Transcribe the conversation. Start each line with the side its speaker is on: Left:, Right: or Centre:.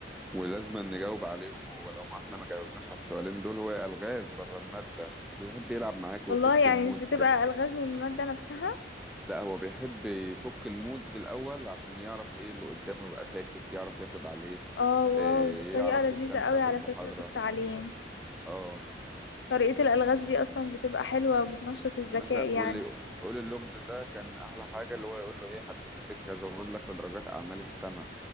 Centre: ولازم نجاوب عليهم هو لو ما احنا ما جاوبناش على السؤالين دول هو ألغاز بره المادة بس يحب يلعب معاك
Left: والله
Centre: ويفك
Left: يعني
Centre: المود
Left: مش بتبقى
Centre: كده
Left: الغاز من المادة نفسها
Centre: لا هو بيحب يفك المود الأول عشان يعرف ايه اللي قدامه يبقى فاكك يعرف ياخد عليه
Left: اه واو
Centre: آه،
Left: دي طريقة
Centre: يعرف
Left: لذيذة
Centre: يستمتع
Left: قوي
Centre: بالمحاضرة
Left: على فكرة في التعليم
Centre: اه
Left: طريقة الالغاز دي اصلا بتبقى حلوة وبتنشط الذكاء
Centre: ومثلا
Left: يعني
Centre: واللي يقول اللغز ده كان احلى حاجه اللي هو يقول له ايه هديك ازود لك في درجات اعمال السنه